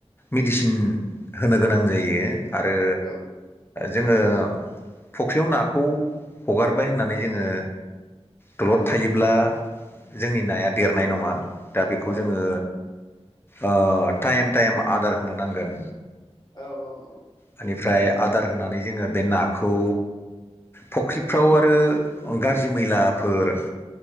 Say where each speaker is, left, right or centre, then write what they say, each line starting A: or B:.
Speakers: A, on the left; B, on the left.
A: मेडिसिन होनो गोनां जायो आरो
B: औ
A: जोङो फुख्रियाव नाखौ हगारबाय होननानै जोङो दलद
B: औ
A: थायोब्ला जोंनि नाया देरनाय नङा दा बेखौ
B: औ
A: जोङो ओ टाइम टाइम आदार होनो नांगोन
B: औ औ नंगौ नोंथां
A: बेनिफ्राय आदार होनानै जोङो बे नाखौ फुख्रिफ्राव आरो गाज्रि मैलाफोर